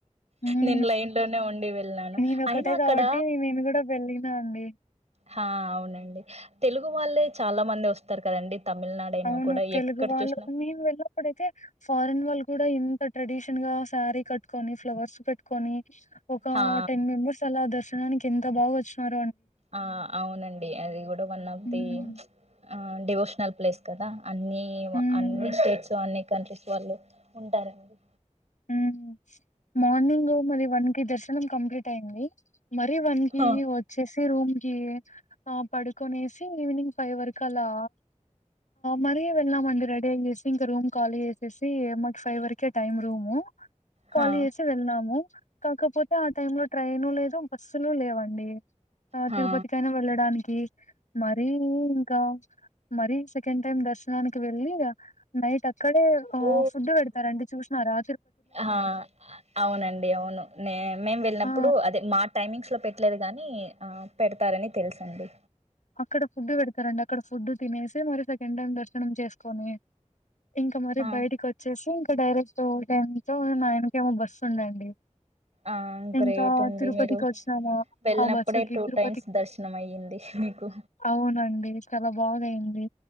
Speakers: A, on the left; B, on the right.
A: హ్మ్.
B: నేను లైన్ న్ లోనే ఉండి వెళ్లాను
A: నేనొకటే
B: అయినా అక్కడ
A: కాబట్టి నేను గూడా వెళ్ళినా అండి.
B: హా అవునండి తెలుగు వాళ్ళే చాలా మంది వస్తారు కదండి తమిళనాడైనా
A: అవును
B: కూడా
A: తెలుగు
B: ఎక్కడ
A: వాళ్ళు
B: చూసినా
A: మేము వెళ్ళినప్పుడైతే ఫారెన్ వాళ్ళు కూడా ఇంత ట్రెడిషన్ గా శారీ కట్టుకొని ఫ్లవర్స్ పెట్టుకొని ఒక
B: హా
A: టెన్ మెంబర్స్ అలా దర్శ నానికి ఎంత బాగా వచ్నారు
B: ఆ అవునండి అది కూడా వన్ ఆఫ్
A: హ్మ్.
B: ది ఆ డివోషనల్ ప్లేస్ కదా అన్ని
A: హ్మ్.
B: అన్ని స్టేట్స్ అన్ని కంట్రీస్ వాళ్ళు ఉంటారండి
A: హ్మ మార్నింగ్ మరి వన్కి దర్శనం కంప్లీట్ అయింది మరి వన్కి
B: హా
A: వచ్చేసి రూమ్ కి ఆ పడుకొనేసి ఈవినింగ్ ఫై వరకు అలా మరీ వెళ్ళామండి రెడీ అయ్యేసి ఇంక రూమ్ ఖాళీ చేసేసి మకి ఫైవ్ వరకే టైమ్ రూమ్ కాలి
B: హా
A: చేసి వెళ్నాము కాకపోతే ఆ టైమ్ లో ట్రైను లేదు బస్సులు లేవండి ఆ
B: హా
A: తిరుపతికైనా వెళ్ళడానికి మరీ ఇంక మరీ సెకండ్ టైమ్ దర్శనానికి వెళ్ళి నైట్ అ ఇక్కడే ఆ
B: ఓ
A: ఫుడ్ పెడతారండి చూసినా రా
B: ఆ అవునండి అవును న మేము వెళ్ళినప్పుడు
A: ఆ
B: అదే మా టైమింగ్స్ లో పెట్లేదు గాని ఆ పెడతారని తెలుసండి
A: అక్కడ ఫుడ్ పెడతారండి అక్కడ ఫుడ్ తినేసి మరి సెకండ్ టైం దర్శనం చేసుకొని ఇంకా మరి
B: ఆ
A: బయటకి వచ్చేసి ఇంకా డైరెక్ట్ టై తెలుగు నైన్కు ఏమో బస్ ఉండండి
B: ఆ
A: ఇంకా
B: గ్రేట్ అండి
A: తిరుపతికి
B: మీరు
A: వచ్చినామా
B: వెళ్ళినప్పుడే
A: ఆ బస్సుకి
B: టూ
A: తిరుపతికి
B: టైమ్స్ దర్శనం అయ్యింది మీకు
A: అవునండి చాలా బాగాయింది